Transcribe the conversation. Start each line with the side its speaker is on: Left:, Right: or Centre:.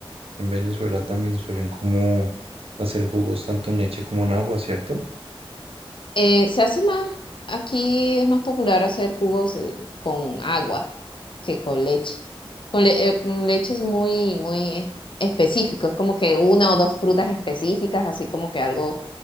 Right: en Venezuela también suelen como hacer jugos tanto en leche como en agua, ¿cierto?
Left: Eh, se hace más, aquí es más popular hacer jugos eh, con agua. que con leche. Con, le- eh, con leche es muy, muy eh, específico, es como que una o dos frutas específicas, así como que algo